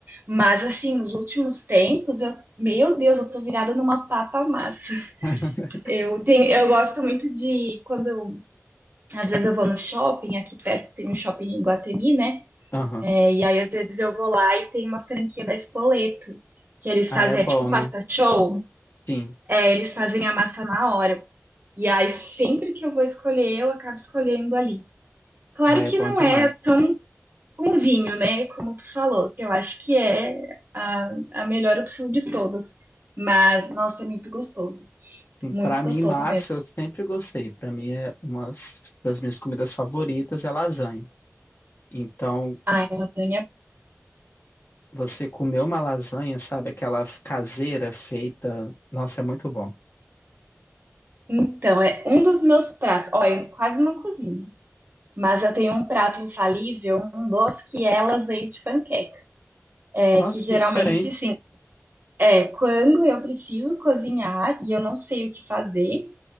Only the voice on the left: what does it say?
<laughs>
Aham.
Ah,
é bom,
né?
Sim.
Ah, é
bom
demais.
Sim,
Pra mim,
massa,
eu sempre gostei. Pra mim, é uma das minhas comidas favoritas é lasanha. Então,
você comer uma lasanha, sabe? Aquela caseira feita. Nossa, é muito bom.
Nossa,
que diferente.